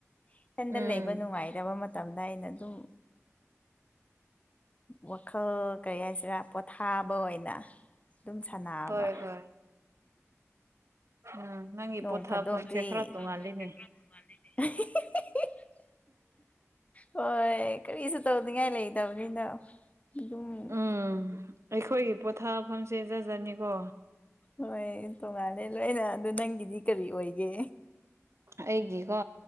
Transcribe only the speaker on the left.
ꯏꯊꯟꯗ
ꯂꯩꯕ ꯅꯨꯡꯉꯥꯏꯇꯕ ꯃꯇꯝ ꯃꯇꯝꯗ ꯑꯩꯅ ꯑꯗꯨꯝ ꯋꯥꯈꯜ ꯀꯔꯤ ꯍꯥꯏꯁꯤꯔꯥ ꯄꯣꯊꯥꯕ ꯑꯣꯏꯅ ꯑꯗꯨꯝ ꯁꯥꯟꯅꯕ
ꯅꯣꯡ
ꯐꯥꯗꯣꯛꯇꯤ
<unintelligible> ꯍꯣꯏ ꯀꯔꯤꯁꯨ ꯇꯧꯅꯤꯡꯉꯥꯏ ꯂꯩꯇꯕꯅꯤꯅ ꯌꯨꯝ
ꯍꯣꯏ ꯇꯣꯉꯥꯜꯂꯦ ꯂꯣꯏꯅ ꯑꯗꯨ ꯅꯪꯒꯤꯗꯤ ꯀꯔꯤ ꯑꯣꯏꯒꯦ